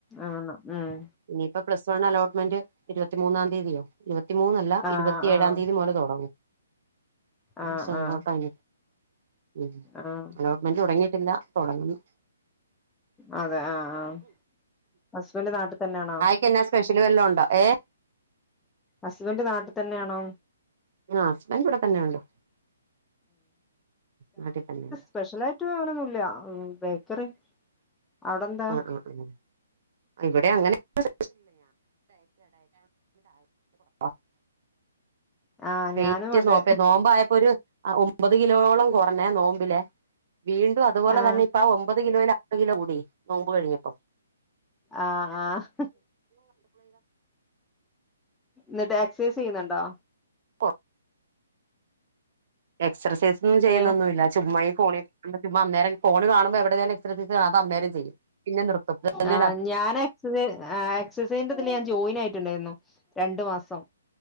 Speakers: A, in the centre; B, on the right.
A: ആണോ ഉം
B: ഇനിയിപ്പൊ പ്ലസ് വൺ അലോട്ട്മെന്റ് ഇരുപത്തിമൂന്നാം തീയതിയോ ഇരുപത്തി മൂന്നല്ല
A: ആഹ്
B: ഇരുപത്തി ഏഴാം
A: ആഹ്
B: തീയതി മുതല് തുടങ്ങും
A: ആഹ്
B: സന്തോഷായിൻ
A: ആഹ്
B: ഉം
A: ആഹ്
B: അലോ ന് തോടങ്ങിയിട്ടില്ല തുടങ്ങുന്നു
A: അതെ ആഹ് ആഹ് ഹസ്ബന്റ് നാട്ടിൽ തന്നെയാണോ
B: ക്കന്ന സ്പെഷ്യൽ വല്ലോ ഉണ്ടോഏഹ്
A: ഹസ്ബന്റ് നാട്ടിതന്നെയാണോ
B: ആഹ് ഹസ്ബന്റ് ഇവിടെ തന്നെ ഉണ്ട് നാട്ടിൽ തന്നെണ്ട്
A: സ്പെഷ്യല ആയിട്ട് വേണൊന്നും ഇല്ല ബേക്കറി അവിടെന്താ
B: ഉം ഉം ഉം ഇവിടെ അങ്ങനെല്ല <unintelligible>
A: ആഹ്
B: വെയിറ്റ്
A: ഞാനും അതെ
B: നോക്ക് നോമ്പായപ്പോ ഒരു ഒമ്പത് കിലോളം കുറഞ്ഞേ നോമ്പിലെ വീണ്ടും അതുപോലെ
A: ആഹ്
B: തന്നെ ഇപ്പ ആ ഒമ്പത് കിലോൽഅ കിലോ കൂടി നോമ്പ് കഴിഞ്ഞപ്പോ <inaudible>
A: ആഹ് ആഹ് ഇന്നിട്ട് ആക്സൈസ് ചിയ്യുന്നുണ്ടോ
B: പോ എക്സർസൈസോന്നും ചെയ്യുന്നൊന്നുല്ല
A: ഏഹ്
B: ചുമ്മാഇ ഫോണി നമ്മു അന്നേര ഫോണ് കാണുമ്പോ എവിടെേന്നെ ഇത്ര അന്നേരം ചെയ്യും പിന്നെ നിർത്തും തന്നെ
A: ആഹ് ഞാനഎക് എക്സസൈ എക്സസൈസിന്റെതിൽ ഞാൻ ജോയിൻ ആയിട്ടുണ്ടായിരുന്നു രണ്ടു മാസം